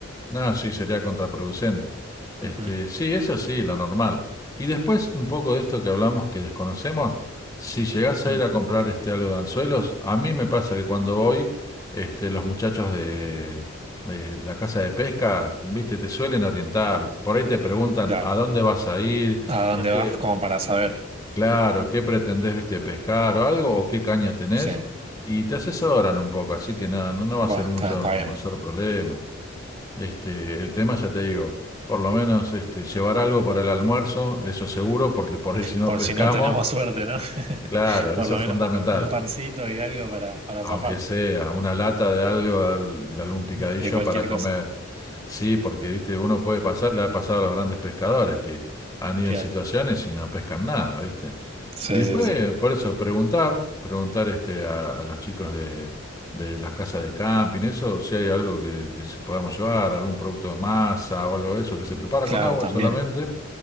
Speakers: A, on the left; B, on the right.
A: No, sí, sería contraproducente. Este,
B: Ujú.
A: sí, eso sí, lo normal. Y después, un poco de esto que hablamos que desconocemos, si llegás
B: Mm,
A: a ir a comprar este algo de anzuelos, a mí me pasa que cuando voy, este, los muchachos de, de la casa de pesca, viste, te suelen orientar. Por ahí te preguntan
B: Claro.
A: a dónde vas a ir,
B: ¿A dónde
A: o qué,
B: vas? Como para saber.
A: claro, qué pretendés, viste, pescar o algo, o qué caña tenés,
B: Sí.
A: y te asesoran un poco, así que no, no no va
B: Bueno,
A: a ser mucho
B: está, está
A: mayor
B: bien.
A: problema. Este, el tema ya te digo, por lo menos este, llevar algo para el almuerzo, eso seguro, porque por ahí si no
B: Por
A: pescamos,
B: si no tenemos suerte, ¿no? <laughs>
A: claro,
B: Por
A: eso
B: lo
A: es
B: menos
A: fundamental,
B: un pancito y algo para, para
A: aunque
B: zafar
A: sea una lata de algo, de al- de algún picadillo
B: de cualquier
A: para comer.
B: cosa.
A: Sí, porque viste, uno puede pasar, le ha pasado a los grandes pescadores que han ido
B: Claro.
A: en situaciones y no pescan nada, ¿viste?
B: Sí,
A: Y después,
B: sí, sí.
A: por eso, preguntar, preguntar este, a, a los chicos de, de las casas de camping, eso, si hay algo que, que se podamos llevar, algún producto de masa o algo de eso, que se prepara
B: Claro,
A: con agua
B: también.
A: solamente